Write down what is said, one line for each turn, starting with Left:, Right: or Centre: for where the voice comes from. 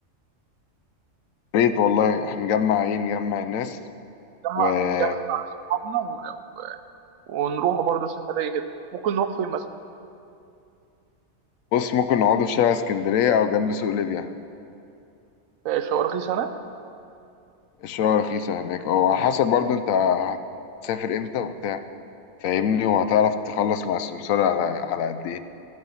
Left: ريت والله إحنا نجمع إيه نجمع الناس
Right: نجمع
Left: وبص
Right: نجمع أصحابنا و- و- ونروح برضه سفرية كده ممكن نروح فين مثلا
Left: ممكن نقعدوا في شارع اسكندرية أو جنب سوق ليبيا
Right: في شوارخيص أنا
Left: الشوارع رخيصة هناك أو على حسب برضه أنت هتسافر إمتى وبتاع فاهمني
Right: مم.
Left: وهتعرف تخلص مع السمسار على على قد إيه